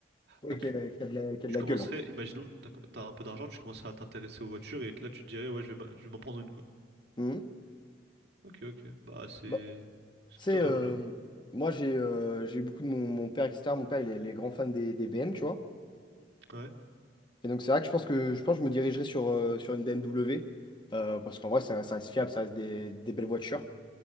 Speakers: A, on the left (about 25°); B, on the right (about 65°).
A: Ouais,
B: Donc,
A: qui a, qui a de la, qui a
B: tu
A: de la
B: commencerais,
A: gueule. hein.
B: imaginons, t'as, com- t'as un peu d'argent, tu commencerais à t'intéresser aux voitures et là, tu te dirais, ouais, je vais, m'a- je vais m'en prendre une, quoi.
A: Mhm.
B: Ok, ok. Bah, c'est,
A: Bah,
B: c'est
A: tu sais,
B: tout à
A: euh,
B: ton honneur.
A: moi, j'ai euh, j'ai eu beaucoup de mon, mon père, etc. Mon père, il est, il est grand fan des, des BM, tu vois.
B: Ouais.
A: Et donc c'est vrai que je pense que je pense que je me dirigerai sur, euh, sur une BMW euh, parce qu'en vrai ça, ça reste fiable, ça reste des, des belles voitures.